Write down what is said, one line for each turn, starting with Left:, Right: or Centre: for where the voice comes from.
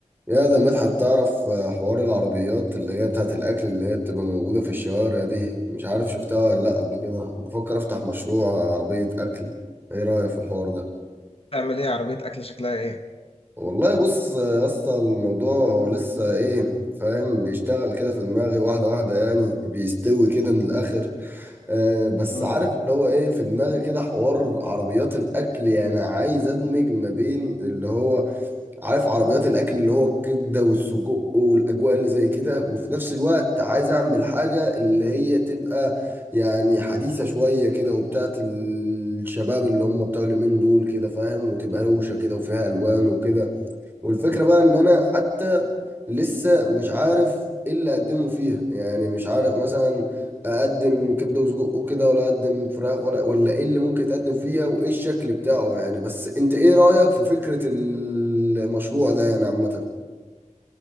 Right: يا ده مدحت تعرف آه، حوار العربيات اللي هي بتاعت الأكل اللي هي بتبقى موجودة في الشوارع دي مش عارف شفتها ولا لأ قبل كده بفكر أفتح مشروع عربية أكل إيه رأيك في الحوار ده؟
Left: تعمل ايه عربية اكل شكلها ايه
Right: والله بص يا اسطى الموضوع لسه إيه فاهم بيشتغل كده في دماغي واحدة واحدة يعني بيستوي كده من الآخر آه بس
Left: امم
Right: عارف اللي هو إيه في دماغي كده حوار عربيات الأكل يعني عايز أدمج ما بين اللي هو عارف عربيات الاكل اللي هو الكبده والسجق والاجواء اللي زي كده وفي نفس الوقت عايز اعمل حاجه اللي هي تبقى يعني حديثه شويه كده وبتاعت الشباب اللي هم بتوع اليومين دول كده فاهم وتبقى روشه كده وفيها الوان وكده والفكرة بقى ان انا حتى لسه مش عارف ايه اللي اقدمه فيها يعني مش عارف مثلا اقدم كبدة وسجق وكده ولا اقدم فراخ ولا ولا ايه اللي ممكن يتقدم فيها وايه الشكل بتاعه يعني بس انت ايه رأيك في فكرة المشروع ده يعني عامة